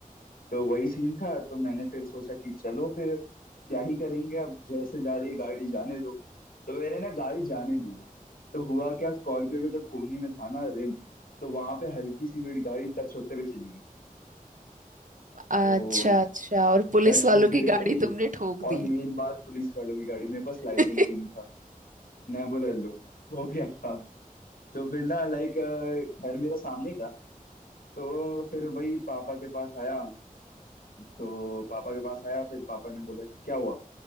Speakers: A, on the left (about 80°); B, on the right (about 60°).
A: तो वही सीन था तो मैंने फिर सोचा कि चलो फिर क्या ही करेंगे अब जैसे जा रही है गाड़ी जाने दो तो मैंने ना गाड़ी जाने दी वो तो हुआ क्या स्कॉर्पियो के जब कोने में था ना रिम तो वहां पे हल्की सी मेरी गाड़ी टच होते हुए चली गई
B: अच्छा
A: तो
B: अच्छा और पुलिस
A: टच
B: वालों
A: होते
B: की
A: हुए
B: गाड़ी
A: गई
B: तुमने ठोक
A: और
B: दी
A: मेन बात पुलिस वालों की गाड़ी मेरे पास लाइसेंस
B: <laughs>
A: भी नहीं था मैं बोला लो हो गया था तो फिर ना लाइक घर मेरा सामने ही था तो फिर वही पापा के पास आया तो पापा के पास आया फिर पापा ने बोला कि क्या हुआ